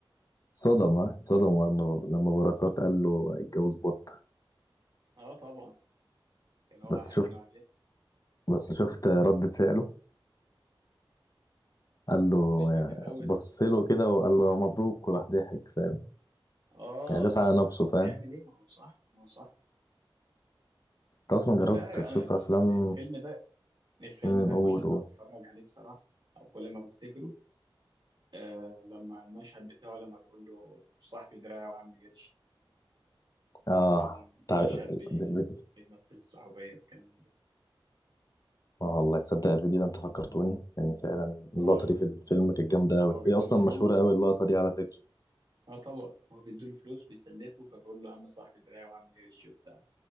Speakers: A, on the left (about 45°); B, on the right (about 55°).
A: اتصدم ها اتصدم
B: طيب.
A: لما لما بركات قال له اتجوز بط
B: اه طبعا كان هو
A: بس
B: هيعينه
A: شفت
B: عليه
A: بس شفت ردة فعله قال له
B: مش فاكر قوي
A: بص له كده وقال له مبروك وراح ضحك فاهم
B: اه
A: يعني داس
B: ما
A: على نفسه
B: أصل
A: فاهم
B: هيعمل ايه ما هو صح ما هو صح
A: انت اصلا جربت
B: بس انا
A: تشوف
B: أنا ال-
A: افلام
B: ال- الفيلم ده الفيلم
A: امم
B: ده
A: قول
B: كل
A: قول
B: ما بتفرج عليه الصراحة أو كل ما بفتكره آه لما المشهد بتاعه لما بيقول له صاحبي دراعي وعم قرش
A: اه
B: كان
A: تع...
B: مشهد بي-
A: بالفيديو
B: بيمثل الصحوبية والكلام من ده
A: اه والله تصدق الفيديو ده انت فكرتوني لان فعلا اللقطه
B: آه
A: دي في الفيلم كانت جامده قوي
B: هو بيديله
A: هي اصلا
B: فلوس
A: مشهوره قوي اللقطه دي على فكره
B: اه طبعا هو بيديله فلوس بيسلفه فبيقول له عم صاحبي دراعي وعم قرش وبتاع